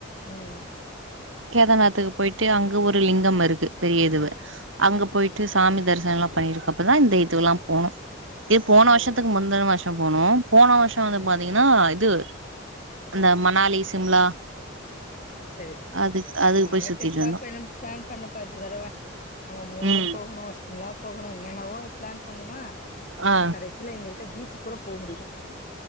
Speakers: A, on the left; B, on the right.
A: ம்
B: கேதாநாத்துக்கு பொயிட்டு அங்க ஒரு லிங்கம் இருக்கு பெரிய இதுவே அங்க
A: ம்
B: பொயிட்டு சாமி தரிஸ் சனலா பண்ணிருக்கப்பதா இந்த இதுவ்ல்லா போணு இது போன
A: சரி
B: வருஷத்துக்கு
A: சரி
B: முந்தின வருஷொ போனோ போன வருஷொ வந்து
A: ம்
B: பாத்திங்கனா இது அந்த ம னாலி சிம்லா
A: சரி சரி
B: அதுக்கு அதுக்கு
A: நானு
B: போய் சுத்திட்டு
A: பெருசா
B: இருந்தோ
A: பெரும் பிளான் பண்ணப்ப இந்த தடவை நம்ம மூணார்
B: ம்
A: போகணு சிம்லா போகணு என்னென்னவோ பிளான் பண்ணொமா
B: ஆ
A: கடைசியில இங்கருக் த பீச்சுக் கூட போ முடில